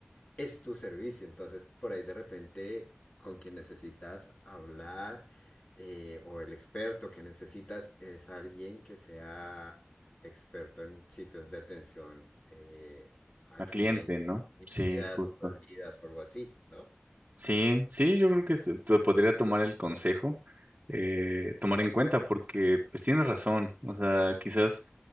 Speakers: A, on the left; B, on the right.
A: es tu servicio. Entonces, por ahí de repente, con quien necesitas hablar eh, o el experto que necesitas es alguien que sea experto en sitios de atención eh, al
B: A
A: cliente,
B: cliente, ¿no?
A: comidas
B: Sí, justo.
A: o bebidas o algo así, ¿no?
B: Sí, sí, yo creo que se- te podría tomar el consejo, eh, tomar en cuenta, porque pues tienes razón. O sea, quizás